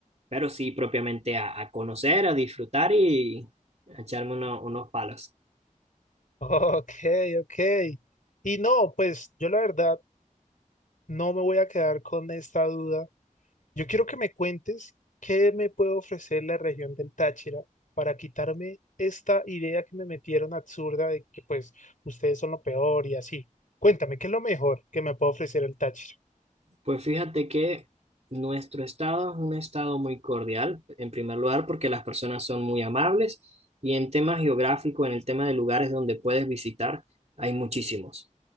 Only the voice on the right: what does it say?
pero sí propiamente a, a conocer, a disfrutar y a echarme uno- unos palos.
Pues fíjate que nuestro estado es un estado muy cordial, en primer lugar, porque las personas son muy amables y en tema geográfico, en el tema de lugares donde puedes visitar, hay muchísimos.